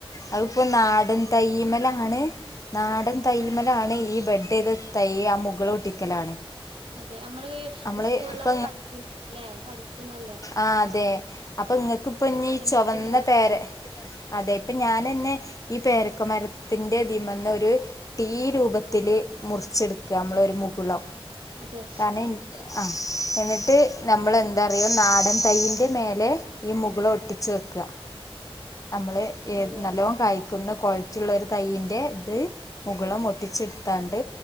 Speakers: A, on the left (about 35°); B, on the right (about 65°).
A: അതിപ്പോനാട
B: അതെ
A: തൈയ്യ്മലാണ് നാടൻ തൈമലാണ് ഈ ബഡൈത് തൈയ്യ് ആ മുകള് ഒട്ടിക്കലാണ്.
B: അതെ അമ്മള്
A: നമ്മള്
B: സ്കൂളൊക്കെ
A: ഇപ്പ
B: പഠിച്ച്ണല്ലല്ലേ പഠിച്ച്ണല്ലോ.
A: ആഹ് തെ അപ്പൊ ഇങ്ങക്ക് പ്പഞ്
B: പഠനത്തിലോ
A: ചൊകന്ന പേരെ അതെ ഇപ്പൊ ഞാനെൻ ന്നെ ഈ പേരക്ക മരത്തിന്റെതിമന്നൊരു ടീ രൂപത്തില് മുറ് ച്ച്‌ട്ക്കാ നമ്മളൊരു മുകുളം.
B: അതെ
A: കാരണം ഇൻ ആഹ് എന്നിട്ട് നമ്മളെന്താറ്യോ നാടൻ തയ്യിൻ്റെ മേലെ ഈ മുകുളം ഒട്ടിച്ച് വെക്ക. നമ്മള് ഏഹ്
B: അതെ
A: നല്ലോം കായി ക്ക്ന്ന കോഴച്ച്ള്ളൊരു തയ്യിന്റെ ത് മുകുളം ഒട്ടിച്ചിട്ട്ത്താണ്ട്